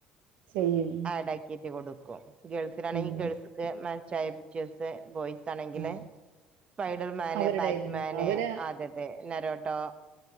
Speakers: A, on the right; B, on the right.
A: ചെയ്യും
B: ആഡ് ആക്കിയിട്ട് കൊടു <inaudible> ഗോ ഗേൾസിനാണെങ്കിൽ
A: ഉം
B: ഗേൾസിന് മാച്ചായ പിക്ച്ചേഴസ് ബോയ്സ് ആണെങ്കിൽ
A: ആഹ്
B: പൈ <inaudible> <unintelligible> മാന്
A: അവരുടെ
B: ബാറ്റ്മാന്
A: ഇതിനുള്ള അവര്
B: ആദ്യത്തെ നരോട്ടോ